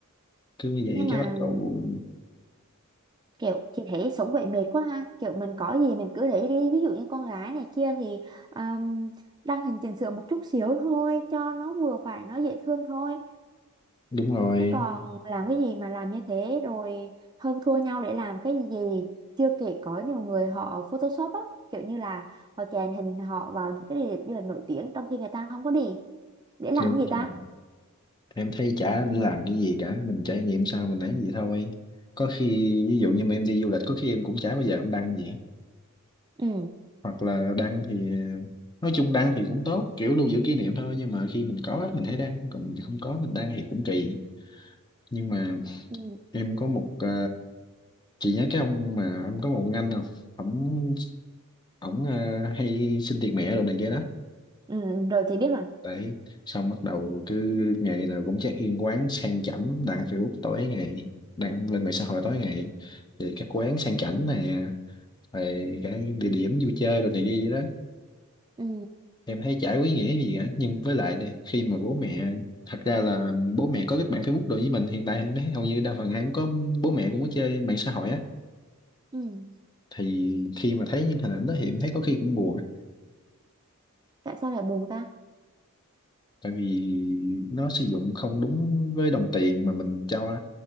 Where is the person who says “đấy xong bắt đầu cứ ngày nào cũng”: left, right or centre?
Left